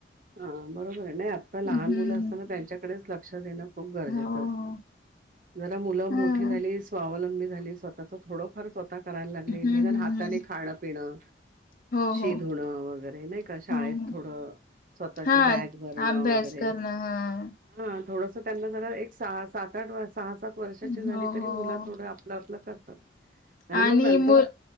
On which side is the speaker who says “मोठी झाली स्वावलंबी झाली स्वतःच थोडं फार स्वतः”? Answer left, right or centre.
Right